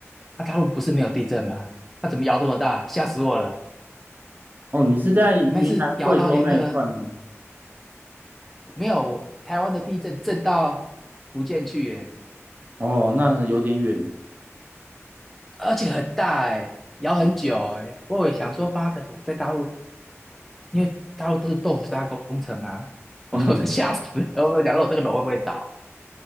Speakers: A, in the centre; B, on the right.
A: 那、大陆不是没有地震吗？那、怎么摇这么大？吓死我了！
B: 哦，你是在云南、
A: 那次摇到连那个
B: 贵州那一块吗？
A: 没有台湾的地震震到福建去，哎，
B: 哦，那有点远呢。
A: 而且很大，哎，摇很久，哎，我也想说，妈的，我在大陆，因为大陆都是豆腐渣工程啊，我我都吓死了，
B: 嗯，
A: 我都想说我这个楼会不会倒？